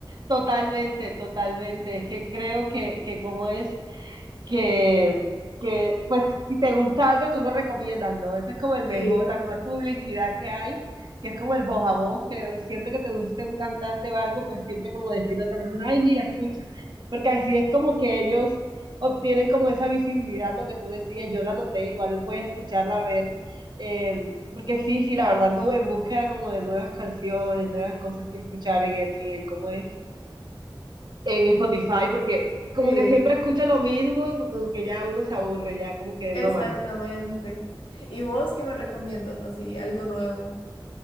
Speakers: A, on the right; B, on the left.
A: totalmente, totalmente, es que creo que, que como es que, que pues si te gusta algo tú lo recomiendas, ¿no? Esa es como el
B: Sí,
A: mejor, la mejor publicidad que hay, que es como el voz a voz, que siempre que te guste un cantante o algo, pues siempre como decirle a otra persona, ay, mira, escucha, porque así es como que ellos obtienen como esa visibilidad, lo que tú decías, yo la noté, igual voy a escucharla a ver, eh, porque sí, sí, la verdad ando en búsqueda como de nuevas canciones, nuevas cosas que escuchar en el, en el cómo es en Spotify porque como
B: sí,
A: que siempre escucho lo mismo y pues como que ya uno se aburre, ya como que
B: exactamente.
A: no más.
B: ¿Y vos qué me recomiendas así, algo nuevo?